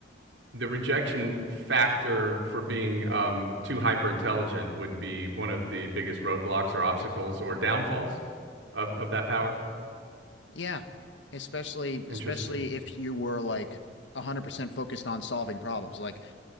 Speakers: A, on the right; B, on the left.
A: the rejection factor for being um, too hyper intelligent would be one of the biggest roadblocks or obstacles or downfalls of of that power.
B: Yeah. Especially
A: Interesting.
B: especially if you were like 100% focused on solving problems. Like